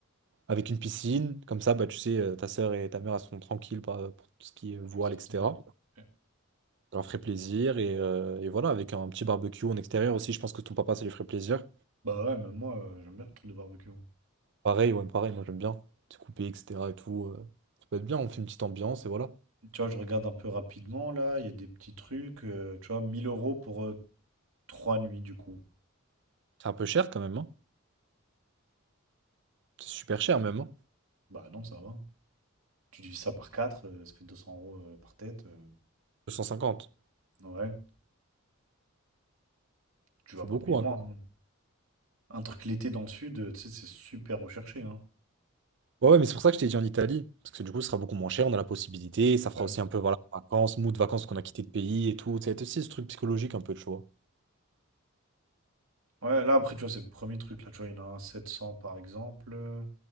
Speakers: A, on the right; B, on the right.
A: avec une piscine. Comme ça, bah, tu sais, euh, ta sœur et ta mère elles seront tranquilles par- pour tout ce qui est voile,
B: Exactement.
A: etc.
B: Ouais.
A: Ça leur ferait plaisir. Et, euh, et voilà, avec un petit barbecue en extérieur aussi, je pense que ton papa, ça lui ferait plaisir.
B: Bah ouais, même moi, euh, j'aime bien le truc de barbecue. hein.
A: Pareil, ouais, pareil, moi j'aime bien. C'est coupé, etc. et tout. euh, ça peut être bien, on fait une petite ambiance et voilà.
B: Tu vois, je regarde un peu rapidement là, il y a des petits trucs, euh, tu vois, 1000 euros pour euh, trois nuits du coup.
A: C'est un peu cher quand même, hein. C'est super cher même, hein.
B: Bah non, ça va. Tu divises ça par 4, ça fait 200 euros euh, par tête. euh,
A: 250.
B: ouais, tu
A: C'est
B: vas pas
A: beaucoup,
B: payer moins.
A: hein,
B: hein. Un truc l'été dans le sud, euh, tu sais, c'est super recherché. Hein.
A: Ouais, ouais, mais c'est pour ça que je t'ai dit en Italie, parce que du coup, ce sera beaucoup moins cher, on a la possibilité, ça fera
B: Ouais.
A: aussi un peu, voilà, vacances, mood vacances qu'on a quitté le pays et tout, ça va être aussi ce truc psychologique un peu, tu vois.
B: Ouais, là après, tu vois, c'est le premier truc là, tu vois, il y en a un à 700 par exemple. euh,